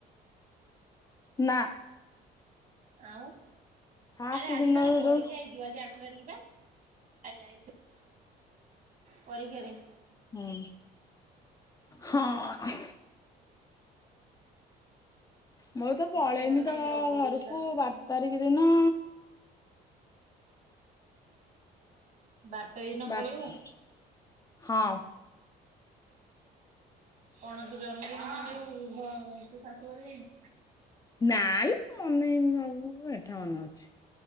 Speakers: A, on the left; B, on the right.
A: ନାଁ।
B: ଆଉ
A: ଫାଷ୍ଟ
B: ଆରେ ଆଜି
A: ଦିନରୁ
B: ତାର ପରୀକ୍ଷା
A: ଯୋଉ
B: ହେଇଥିବ ଆଜି ଆଠ ତାରିଖି ବା ଆ ଯାଇଥି ପରୀକ୍ଷା ରେ
A: ହୁଁ ହଁ। ମୁଁ ତ ପଳେଇମି
B: ତାର
A: ତ
B: ସେଇ ରଗଡିରେ
A: ଘରକୁ
B: ତାର ପଡୁଚି
A: ବାର
B: ପା
A: ତାରିଖ ଦିନ।
B: ବାର ତାରିଖ ଦିନ
A: ବାର
B: ପଳେଇବୁ।
A: ହଁ
B: କଣ ତ <unintelligible> ତୋ ଶାଶୁ କରି ଯାଇନି।
A: ନାଲୋ ମନେଇମି <unintelligible>